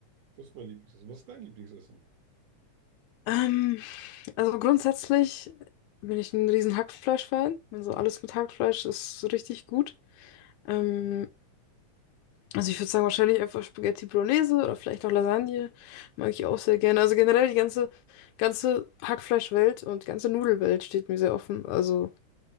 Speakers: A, on the right; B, on the left.
A: das ist mein Lieblingsessen. Was ist dein Lieblingsessen?
B: Ähm, also grundsätzlich bin ich ein riesen Hackfleisch-Fan. Also alles mit Hackfleisch ist richtig gut. Ähm,
A: Hm,
B: also ich würde sagen, wahrscheinlich einfach Spaghetti Bolognese oder vielleicht auch Lasagne. Mag ich auch sehr gerne. Also generell die ganze, ganze Hackfleischwelt und die ganze Nudelwelt steht mir sehr offen. Also.